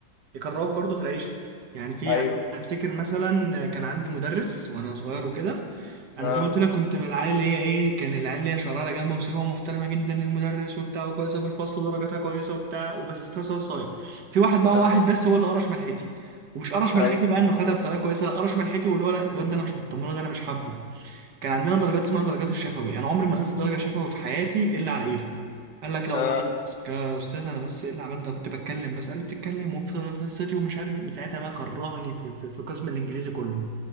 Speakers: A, on the right; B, on the left.
A: يكرهوك برضو في العيشة يعني في
B: ايوه
A: يعني انا افتكر مثلا كان عندي مدرس وانا صغير وكده انا
B: اه
A: زي ما قلت لك كنت من العيال اللي هي ايه كان العيال اللي هي شرارة جنبه مسيبه محترمة جدا للمدرس وبتاع وكويسة في الفصل ودرجاتها كويسة وبتاع وبس في نفس الوقت صايع في واحد بقى هو
B: اه
A: واحد بس هو اللي قرش ملحتي ومش قرش ملحتي
B: ايوه
A: بقى انه خدها بطريقة كويسة لا قرش ملحتي واللي هو لا الواد ده انا مش مطمنه ده انا مش حابه كان عندنا درجات اسمها درجات الشفوي انا عمري ما نقصت درجه شفوي في حياتي الا على ايده قال لك لا
B: اه
A: والله انا نقصت يا استاذ انا بس ايه اللي عملته أنا كنت بتكلم بس قال لي بتتكلم وفي في حصتي ومش عارف مين. من ساعتها بقى كرهني في, في, في قسم الانجليزي كله